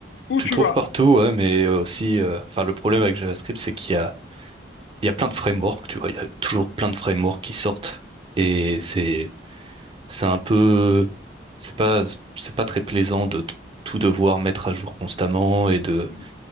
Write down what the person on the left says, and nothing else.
Où
tu
vas.
Oui,